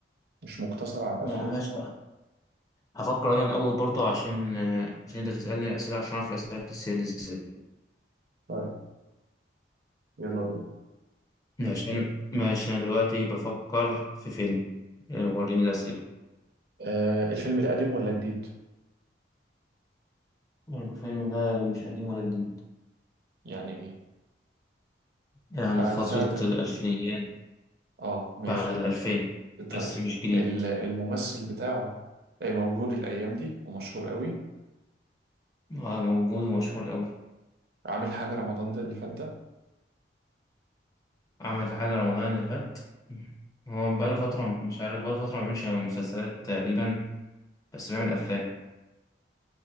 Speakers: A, on the right (about 60°); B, on the left (about 20°).
A: مش مقتصر على الأفلام
B: ما- ماشي هفكر انا الاول برضه عشان آه، عشان انت تسالني اسئله عشان اعرف الاسئله بتتسال ازاي
A: طيب يلا بينا
B: ماشي انا ماشي انا دلوقتي بفكر في فيلم آه، وريني الاسئله
A: آه الفيلم ده قديم ولا جديد؟
B: الفيلم ده مش قديم ولا جديد
A: يعني ايه؟
B: يعني
A: بعد
B: في فتره
A: سنة قد
B: الالفينيات
A: اه ماشي
B: بعد الالفين
A: طيب
B: بس مش جديد
A: ال- الممثل بتاعه آه، موجود الأيام دي ومشهور قوي
B: آه، موجود ومشهور قوي
A: عامل حاجة رمضان ده اللي فات ده
B: عمل حاجه رمضان اللي فات هو بقاله فتره مش عارف بقاله فتره ما بيعملش مسلسلات تقريبا بس بيعمل افلام